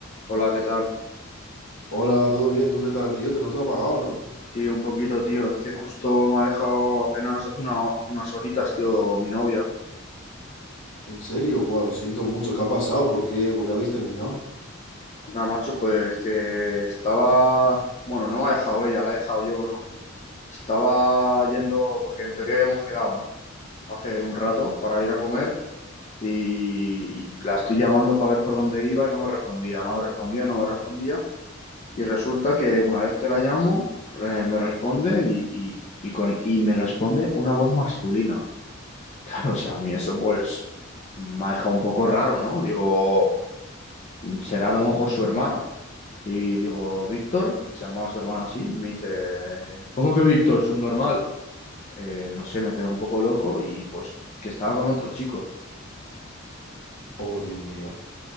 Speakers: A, on the left; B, on the left.
A: Hola, ¿qué tal?
B: Hola, ¿todo bien? ¿Tú qué tal, tío? Te noto apagado, ¿no?
A: Sí, un poquito, tío. Es que justo me ha dejado apenas hace una- unas horitas, tío, mi novia.
B: En serio, buah, lo siento mucho. ¿Qué ha pasado? ¿Por qué? ¿Por qué habéis terminado?
A: Nada, macho, pues que estaba... Bueno, no me ha dejado ella, la he dejado yo, ¿no? Estaba yendo, porque en teoría habíamos quedado, ¿no? Hace un rato para ir a comer y, y la estoy llamando para ver por dónde iba y no me respondía, no me respondía, no me respondía. Y resulta que una vez que la llamo, eh, me responde y, y, y co- y me responde una voz masculina. Claro, o sea, a mí eso pues me ha dejado un poco raro, ¿no? Digo, será a lo mejor su hermano. Y digo, Víctor, que se llamaba su hermano así, y me dice, ¿cómo que Víctor? Subnormal. Eh, no sé, me quedé un poco loco y pues que estaba con otro chico.
B: Oh, Dios mío.